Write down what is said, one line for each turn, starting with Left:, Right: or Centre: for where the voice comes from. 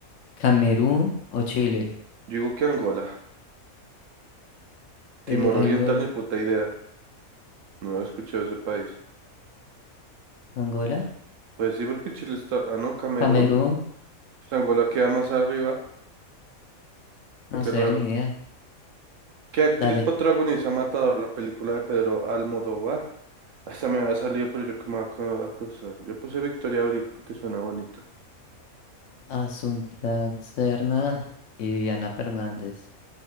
Left: Camerún o Chile?
Right: Yo digo que Angola. Timor
Left: Eh, Angola,
Right: Oriental, ni puta idea. No he escuchado ese país.
Left: Angola,
Right: Pues sí, porque Chile está... Ah, no, Camerún.
Left: Camerún,
Right: Pues Angola queda más arriba.
Left: no
Right: Qué
Left: sé,
Right: raro.
Left: ni idea.
Right: ¿Qué actriz
Left: Dale,
Right: protagoniza Matador, la película de Pedro Almodóvar? Hasta me ha salido, pero yo como aco- acosar. Yo puse Victoria Abril porque suena bonito.
Left: Asunción Serna y Viviana Fernández.